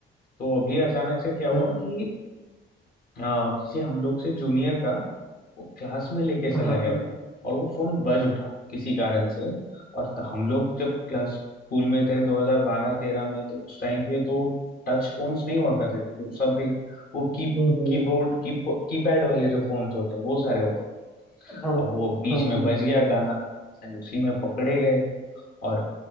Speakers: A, on the left; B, in the centre.
A: तो अभी अचानक से क्या हुआ
B: हाँ
A: कि आ, किसी हम लोग से जूनियर का वो क्लास में लेके चला
B: हाँ हाँ
A: गया
B: हाँ
A: फोन और वो फोन बज उठा किसी कारण से और त- हम लोग जब क्लास स्कूल में थे 2012-13 में तो उस टाइम पे तो टच फोन्स नहीं हुआ करते थे तो सब रे- वो की
B: हम्म, हम्म,
A: कीबोर्ड की कीपैड वाले जो फोन्स होते हैं वो सारे होते थे
B: हाँ
A: अब वो बीच
B: हाँ
A: में
B: हाँ
A: बज गया गाना एंड उसी में पकड़े गए और